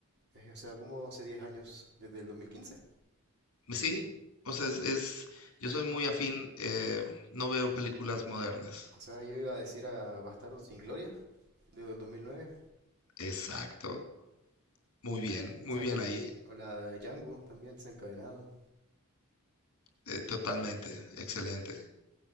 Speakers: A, on the right; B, on the left.
A: eh, o sea, como hace 10 años desde el 2015.
B: Sí, o sea, es, es- yo soy muy afín, eh, no veo películas modernas.
A: O sea, yo iba a decir a Bastardo sin Gloria desde el 2009.
B: Exacto, muy bien,
A: pero-
B: muy
A: o sea,
B: bien
A: yo...
B: ahí,
A: O la de Django también desencadenado.
B: eh, totalmente, excelente.